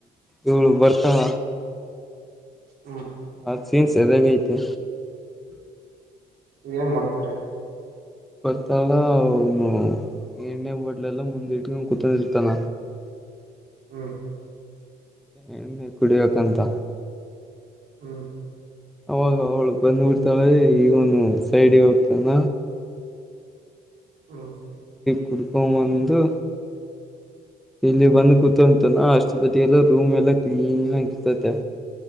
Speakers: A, in the centre; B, on the right.
A: ಇವಳು ಬರ್ತಾಳ
B: ಹ್ಮ
A: ಅದು ಸೀನ್ ಸಾರ್ಯಗ ಐತೆ
B: ಏನ್ ಮಾಡ್ತಾರೆ.
A: ಬರ್ತಾಳ ಅವನು ಎಣ್ಣೆ ಬಾಟ್ಲೆಲ್ಲ ಮುಂದಿಟ್ಕ ಕುತಿರ್ತಾನ.
B: ಹ್ಮ್
A: ಏಣ್ಣೆ ಕುಡಿಬೇಕಂತ.
B: ಹ್ಮ್
A: ಅವಾಗ ಅವಳು ಬಂದ್ಬಿಡ್ತಾಳೆ ಇವನು ಸೈಡ್ಗೆ ಹೋಗ್ತಾನ.
B: ಹ್ಮ್
A: ಕುಡ್ಕೊಂಡು ಬಂದು. ಇಲ್ಲಿ
B: ಹ್ಮ್
A: ಬಂದು ಕೂತಂತಾನ ಅಷ್ಟ ಗಟ ಎಲ್ಲ ರೂಮ್ ಎಲ್ಲ ಕ್ಲೀನ್ ಆಗಿರ್ತತೆ